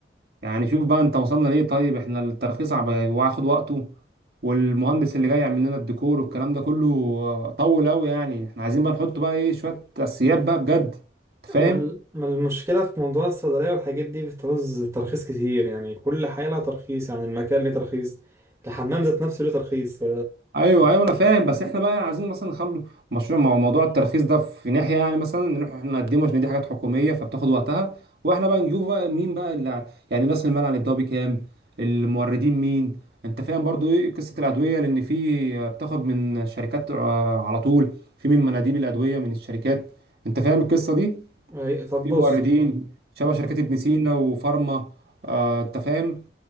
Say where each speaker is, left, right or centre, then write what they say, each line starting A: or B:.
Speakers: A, on the right; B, on the right.
A: يعني شوف بقى انت وصلنا ليه طيب احنا الترخيص عب- واخد وقته والمهندس اللي جاي يعمل لنا الديكور والكلام ده كله آه، طول قوي يعني احنا عايزين بقى نحط بقى ايه شوية اساسيات بقى بجد انت فاهم
B: ما ال- ما المشكلة في موضوع الصيدلية والحاجات دي بتعوز ترخيص كتير يعني كل حاجة لها ترخيص يعني المكان ليه ترخيص الحمام ذات نفسه ليه ترخيص ف...
A: ايوه ايوه انا فاهم بس احنا بقى عايزين مثلا نخلو مشروع مع موضوع الترخيص ده في ناحيه يعني مثلا نروح احنا نقدمه عشان دي حاجات حكوميه فبتاخد وقتها واحنا بقى نجيبه بقى مين بقى اللي ع- يعني راس المال هنبداه بكام الموردين مين انت فاهم برضو ايه قصه الادويه لان في بتاخد من شركات آه، على طول في من مناديب الادويه من الشركات انت فاهم القصه دي
B: أي- طب
A: في
B: بص
A: موردين شبه شركات ابن سينا وفارما آه، انت فاهم